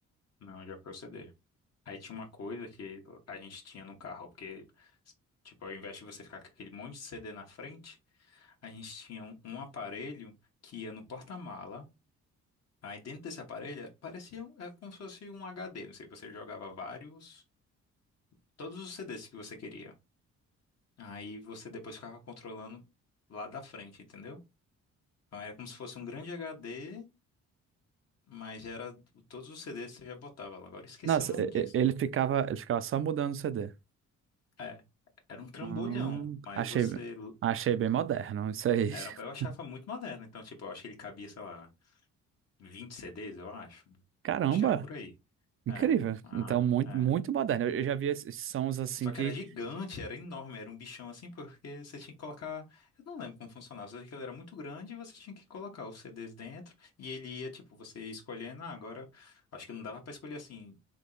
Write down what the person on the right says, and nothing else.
Nossa,
e-
e- ele ficava, ele ficava só mudando o CD.
Hum,
achei,
achei bem moderno isso aí.
<laughs>
Caramba!
Incrível.
Então, muito,
muito moderno. Eu, eu já vi esses sons assim
que.